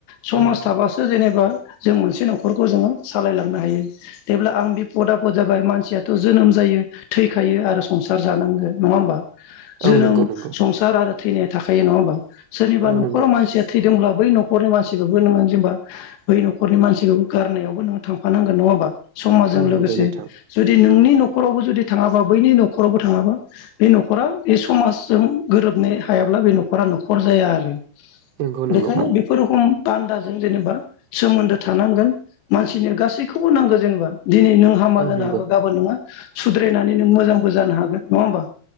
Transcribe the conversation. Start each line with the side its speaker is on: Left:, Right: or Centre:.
Left: समाज
Right: औ नंगौ
Left: थाबासो जेनेबा जों मोनसे नख'रखौ जोङो सालायलांनो हायो। जेब्ला आं बे पदा फद जाबाय मानसियाथ' जोनोम जायो थैखायो आरो सं सार जानांगोन नङा होमबा। जोनोम
Right: औ नंगौ नंगौ
Left: संसार आरो थैनाया थाखायो नङा होमबा। सोरनिबा
Right: औ
Left: नख'राव
Right: नंगौ
Left: मानसिया थैदोंब्ला बै न'खरनि मानसिखौबो नोङो जेनेबा बै न'खरनि मानसिखौबो गारनायावबो नोङो थांफानांगोन नङा होमबा। समाजजों
Right: औ नंगौ
Left: लोगोसे
Right: नोंथां
Left: जुदि नोंनि नख'रावबो जुदि थाङाबा बैनि नख'रावबो थाङाबा बे नख'रा बे समाजजों गोरोब नो हायाब्ला बे नख'रा नख'र जाया आरो।
Right: नंगौ नंगौ
Left: बेखायनो बेफोर रोखम बान्दाजों जेनेबा सोमोन्दो थानांगोन। मानसि बिदिनो गासैखौबो नांगौ जेनेबा। दिनै नों हामा
Right: औ
Left: जानो
Right: नंगौ
Left: हागौ गाबोन नोङा सुद्रायनानै नों मोजांबो जानो हागोन नङा होमबा।